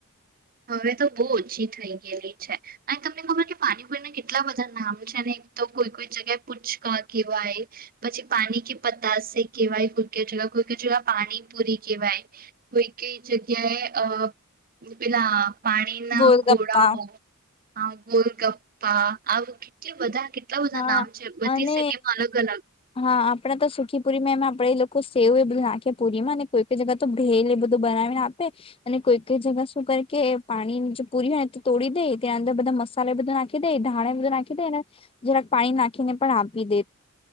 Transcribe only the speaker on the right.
હવે તો બહુ ઓછી થઈ ગેલી છે અને તમને ખબર કે પાણીપુરી ના કેટલા બધા નામ છે ને એક તો કોઈ કોઈ જગ્યાએ પૂચકા કેહેવાય, પછી પાણી કે પતાસે કહેવાય કોઈ કેજ, કોઈ કોઈ જયા પાણીપુરી કહેવાય, કોઈ કઈ જગ્યાએ અ પેલા પાણીના
ઘોળઓ હ ગોલગપ્પા, આવું કેટલા બધા
નામ છે બધી
સિટીમાં અલગ અલગ